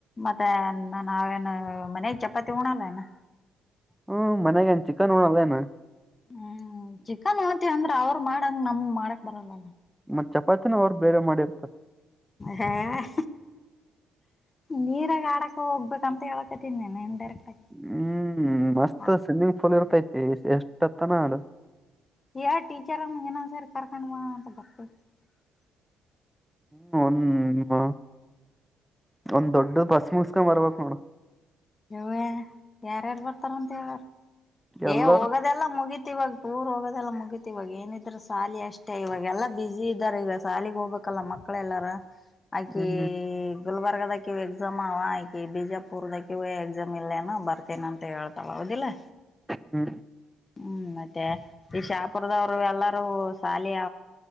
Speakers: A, on the left; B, in the centre.
A: <unintelligible> ನಾವೇನು ಮನೆ ಚಪಾತಿ ಉಣಲೆನ್ನಾ
B: ಹ್ಮ್ ಮನ್ಯಾ ಏನ್ ಚಿಕನ್ ಉಣ್ಣಲೇನ
A: ಹ್ಮ್ ಚಿಕನ್ ಹೇಳುತಿವಿ ಅಂದ್ರೆ ಅವರು ಮಾಡ್ ಅಂಗ್ ನಮ್ ಮಾಡಕ್ ಬರಲ್ಲ
B: ಮತ್ ಚಪಾತಿನ ಅವ್ರು ಬೇರೆ ಮಾಡಿರ್ತಾರೆ.
A: ಹಾಂ ನೀರಾಗ ಆಡಕ್ ಹೋಗಬೇಕ ಅಂತ ಹೇಳ್ಕೊತೀನಿ ಇನ್ ಡೈರೆಕ್ಟ್ ಆಗಿ
B: ಹ್ಮ್ ಮಸ್ತ್
A: ಹ
B: ಸ್ವಿಮ್ಮಿಂಗ್ ಫೂಲ್ ಇರ್ತೈತಿ. ಎಷ್ಟತ್ತನಾ ಆಡು
A: ಯಾರ್ ಟೀಚರ್ಮ್ಮಗೆ ಇನ್ನೊಂದ್ ಸರಿ ಕರ್ಕೊಂಡ ಬಾ <unintelligible>
B: ಹ್ಮ್ ಒಂದ ಒಂದ್ ದೊಡ್ಡ ಬಸ್ ಮುಸ್ಕ ಬರಬೇಕು ನೋಡು
A: ಯವ್ವ ಯಾರ್ ಯಾರ್ ಬರ್ತಾರ ಅಂತ ಹೇಳಾರ
B: ಎಲ್ಲಾರು
A: ಏ ಹೋಗೋದೆಲ್ಲ ಮುಗಿತ್ತು. ಇವಾಗ ಟೂರ್ ಹೋಗೋದೆಲ್ಲ ಮುಗೀತಿ ಇವಾಗ ಏನಿದ್ರ ಶಾಲಿ ಅಷ್ಟೆ ಇವಾಗೆಲ್ಲಾ ಬ್ಯುಸಿ ಇದ್ದಾರೆ ಈಗ ಶಾಲಿಗೆ ಹೋಗ್ಬೇಕಲ್ಲ ಮಕ್ಕಳೆಲ್ಲಾರ. ಎ...... <unintelligible>
B: ಹ್ಮ್
A: ಗುಲ್ಬರ್ದದಕಿ ಎಕ್ಸಾಮ್ ಅವ ಆಯಿಕೆ ಬಿಜಾಪುರ್ದಾಗಿ. ಇವ. ಎಕ್ಸಾಮ್ ಇಲ್ಲೇನೋ ಬರ್ತೇನಿ ಅಂತೇಳ್. ಹೌದಿಲ್ಲೆ.
B: ಹ್ಮ.
A: ಹ್ಮ್ ಮತ್ತೆ ಈ ಶಾಪುರದವರು ಎಲ್ಲಾರೂ ಶಾಲಿಯ.